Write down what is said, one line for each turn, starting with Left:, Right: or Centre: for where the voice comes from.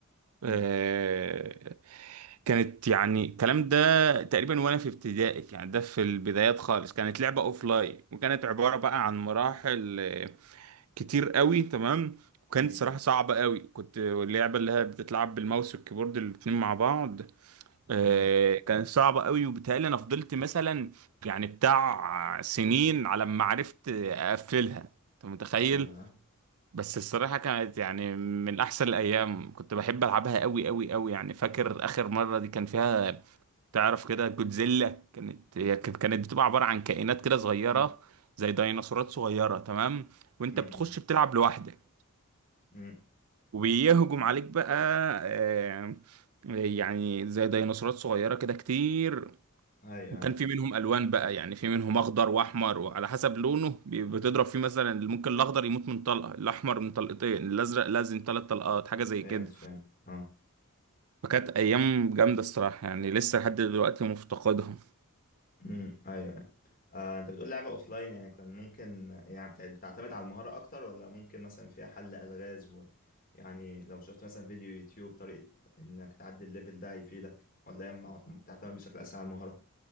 Left: أمم،
Right: آه، كانت يعني الكلام ده تقريبا وانا في ابتدائي يعني ده في البدايات خالص كانت لعبه اوف لاين وكانت عباره بقى عن مراحل آه، كتير قوي تمام وكانت
Left: أمم،
Right: صراحة
Left: أمم.
Right: صعبة قوي كنت اللعبة اللي هي بتتلعب بالماوس والكيبورد الاتنين مع بعض آه،
Left: أه
Right: كانت صعبة قوي وبالتالي انا فضلت مثلا يعني بتاع سنين على ما عرفت اقفلها انت متخيل
Left: يا
Right: بس الصراحة كانت يعني من احسن الايام كنت بحب العبها قوي قوي قوي يعني فاكر اخر مرة دي كان فيها تعرف كده جودزيلا كانت هي كانت بتبقى عبارة عن كائنات كده صغيرة
Left: أمم،
Right: زي ديناصورات صغيرة تمام وانت
Left: أمم،
Right: بتخش
Left: أمم.
Right: بتلعب لوحدك
Left: أمم.
Right: وبيهجم عليك بقى آه، آه، يعني زي ديناصورات صغيرة كده كتير
Left: أيوه
Right: وكان
Left: أيوه
Right: في منهم ألوان بقى يعني في منهم أخضر وأحمر وعلى حسب لونه بي- بتضرب فيه مثلا ممكن الأخضر يموت من طلقة الأحمر من طلقتين الأزرق لازم ثلاث طلقات حاجة زي
Left: فهمت
Right: كده
Left: فهمت أه
Right: فكانت أيام جامدة الصراحة يعني لسه لحد دلوقتي مفتقدهم
Left: امم ايوه ايوه آه، انت بتقول لعبة اوفلاين يعني كان ممكن يعني بتع- بتعتمد على المهارة اكتر ولا ممكن مثلا فيها حل الغاز و... يعني لو شفت مثلا فيديو يوتيوب طريقة انك تعدي الليفل ده هيفيدك ولا هي مع- بتعتمد بشكل اساسي على المهارة